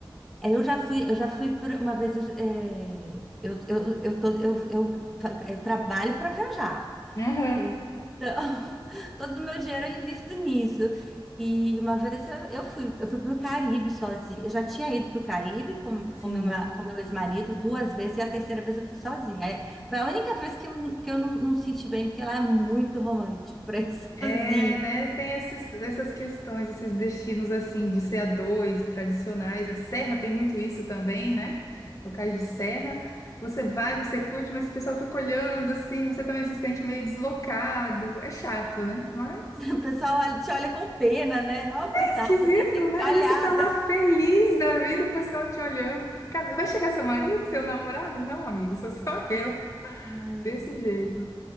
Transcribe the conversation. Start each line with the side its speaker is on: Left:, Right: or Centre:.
Centre: é, eu já fui, eu já fui por uma vez, é, eu, eu, eu, tô- eu, eu, fa- eu trabalho para viajar,
Left: Aham,
Centre: então <laughs> todo o meu dinheiro eu invisto nisso. E uma vez eu, eu fui, eu fui para o Caribe sozinha. Eu já tinha ido para o Caribe com,
Left: sim.
Centre: com, meu, ma- com meu ex-marido duas vezes, e a terceira vez eu fui sozinha. É, foi a única vez que eu, que eu não, não senti bem, porque lá é muito romântico para ir <laughs>
Left: É,
Centre: sozinha.
Left: né? Tem esses- essas questões, esses destinos assim, de ser a dois, tradicionais, né? Serra tem muito isso também, né? Locais de serra. Você vai, você curte, mas o pessoal fica olhando assim, você também se sente meio deslocado. É chato, né? Mas.
Centre: O pessoal olha- te olha com pena, né? Não, coitada,
Left: Esquisito,
Centre: dessa encalhada.
Left: né? Às vezes você tá lá feliz da vida, o pessoal te olhando. Cadê- Vai chegar seu marido, seu namorado? Não, amigo, sou só <laughs> eu.
Centre: É.
Left: Desse jeito.